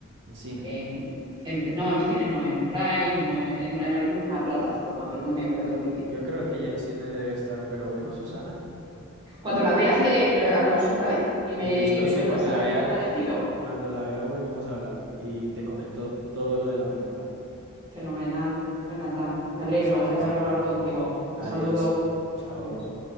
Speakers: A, on the right (about 55°); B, on the right (about 20°).
A: En cine.
B: en, en- no, en cine no, en Prime o en, en- en alguna plataforma, pero no me acuerdo muy bien.
A: Yo creo que ya en cine debe estar, pero bueno, Susana.
B: Cuando la veas me que hablamos otra vez y me,
A: Listo,
B: y me
A: sí,
B: cuentas
A: cuando
B: a
A: la
B: ver
A: vea,
B: qué te ha parecido.
A: cuando la vea volvemos a hablar y te comento todo lo de la película.
B: Fenomenal, Jonathan. Me
A: Listo,
B: alegro de
A: Susana.
B: haber hablado contigo. Un
A: Adiós.
B: saludo.
A: Chao.
B: Adiós.